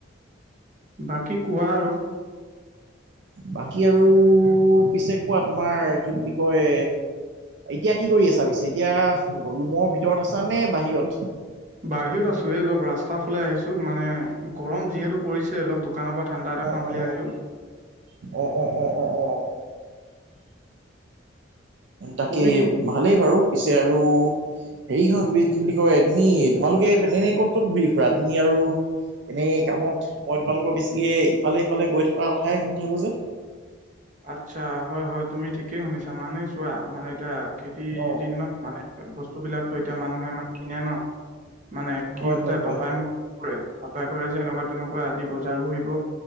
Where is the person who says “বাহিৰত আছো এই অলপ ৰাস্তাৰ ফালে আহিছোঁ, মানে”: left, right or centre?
Right